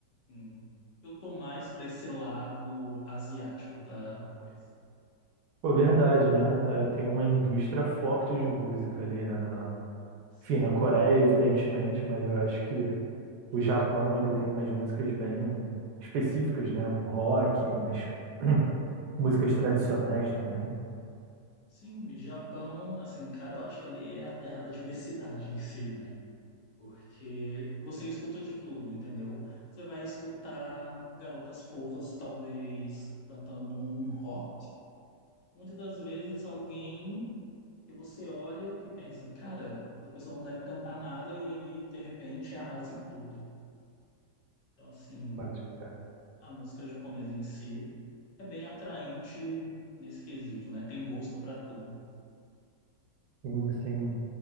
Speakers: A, on the left; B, on the right.
A: hum, eu tô mais para esse lado asiático da coisa.
B: Pô, verdade, né? É, tem uma indústria forte de música ali, né? Na...
A: Sim,
B: Enfim, na Coreia, evidentemente, mas eu acho que o Japão, ele tem umas músicas bem específicas, né? Um rock, umas <clears throat> músicas tradicionais também.
A: Sim, Japão, assim, cara, eu acho que ali é a terra da diversidade em si, né? Porque você escuta de tudo, entendeu? Você vai escutar garotas fofas, talvez, cantando um rock. Muitas das vezes alguém que você olha e pensa, cara, essa pessoa não deve cantar nada e ali, de repente, arrasa em tudo. Então, assim,
B: Pode crer.
A: a música japonesa em si é bem atraente nesse quesito, né? Tem gosto pra tudo.
B: Sim, sim.